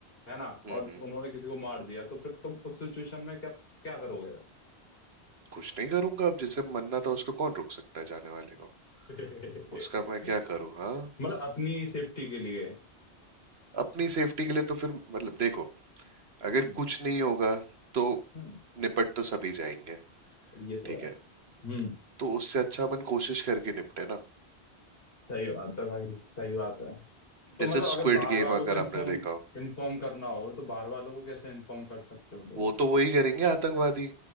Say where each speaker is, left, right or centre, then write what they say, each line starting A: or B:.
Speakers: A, on the left; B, on the right.
A: है ना
B: हम्म
A: और
B: हम्म
A: उन्होंने किसी को मार दिया तो फिर तुम उस सिचुएशन में क्या क्या करोगे
B: कुछ नहीं करूंगा अब जिसे मनना था उसको कौन रोक सकता है जाने वाले को
A: <laughs>
B: उसका मैं क्या करूँ हाँ
A: मतलब अपनी सेफ्टी के लिए
B: अपनी सेफ्टी के लिए तो फिर मतलब देखो अगर
A: हम्म
B: कुछ नहीं होगा तो
A: हम्म
B: निपट तो सभी जाएंगे
A: और ये तो
B: ठीक
A: है हम्म
B: है तो उससे अच्छा अपन कोशिश करके निपटे ना
A: सही बात है भाई सही बात है तो
B: जैसे
A: मतलब अगर
B: स्क्विड
A: बाहर
B: गेम
A: वालों
B: अगर
A: को इन्फॉर्म
B: आपने देखा हो
A: इन्फॉर्म करना हो तो बाहर वालों को कैसे इन्फॉर्म कर सकते हो तुम
B: वो तो वही करेंगे आतंकवादी